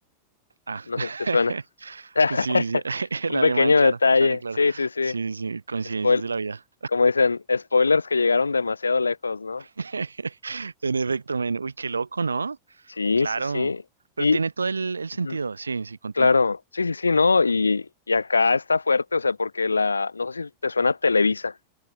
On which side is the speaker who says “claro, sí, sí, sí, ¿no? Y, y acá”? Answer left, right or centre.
Left